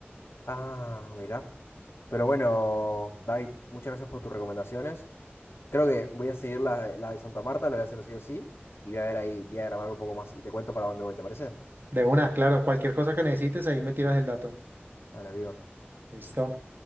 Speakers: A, on the left (about 75°); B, on the right (about 55°).
A: Ah, mira, Pero bueno, David, muchas gracias por tus recomendaciones. Creo que voy a seguir la, de- la de Santa Marta, la voy a hacer sí o sí. Y voy a ver ahí, voy a grabar un poco más. Y te cuento para dónde voy, ¿te parece?
B: De una, claro, cualquier cosa que necesites, ahí me tiras el dato.
A: A la viva.
B: Listo.